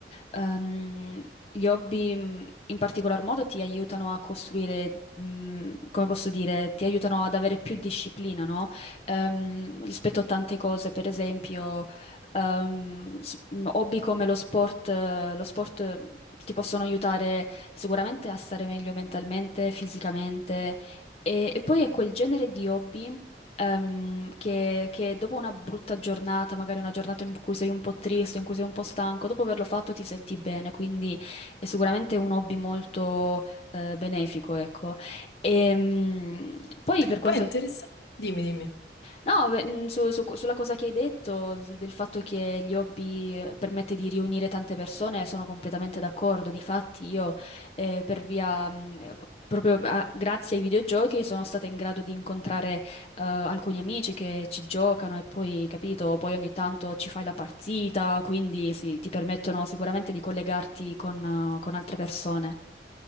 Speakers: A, on the left (about 35°); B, on the left (about 70°).
A: ehm, gli hobby mh, in particolar modo ti aiutano a costruire, mh, come posso dire, ti aiutano ad avere più disciplina, no? Ehm, rispetto a tante cose, per esempio, ehm, s- mh, hobby come lo sport, eh, lo sport eh, ti possono aiutare sicuramente a stare meglio mentalmente, fisicamente. E, e poi è quel genere di hobby ehm, che, che dopo una brutta giornata, magari una giornata in cui sei un po' triste, in cui sei un po' stanco, dopo averlo fatto ti senti bene, quindi è sicuramente un hobby molto eh, benefico, ecco. E, poi per quanto...
B: Poi è interessante. Dimmi, dimmi.
A: No, beh, mh, su- su- sulla cosa che hai detto, s- del fatto che gli hobby eh, permette di riunire tante persone, sono completamente d'accordo. Difatti, io eh, per via, mh, eh, p- proprio a- grazie ai videogiochi, sono stata in grado di incontrare eh, alcuni amici che ci giocano e poi, capito, poi ogni tanto ci fai la partita, quindi sì, ti permettono sicuramente di collegarti con, eh, con altre persone.